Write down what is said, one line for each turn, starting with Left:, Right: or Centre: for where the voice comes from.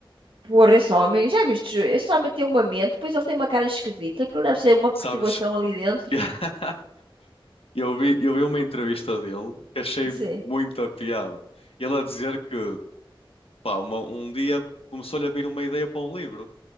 Right: Porra, esse homem, já viste? Esse homem tem uma mente, depois ele tem uma cara esquisita, aquilo deve ser uma perturbação
Left: Sabes?
Right: ali dentro.
Left: <laughs> Eu vi, eu vi uma entrevista dele que achei
Right: Sim,
Left: muita piada. Ele a dizer que, pá, uma- um dia começou-lhe a vir uma ideia para um livro.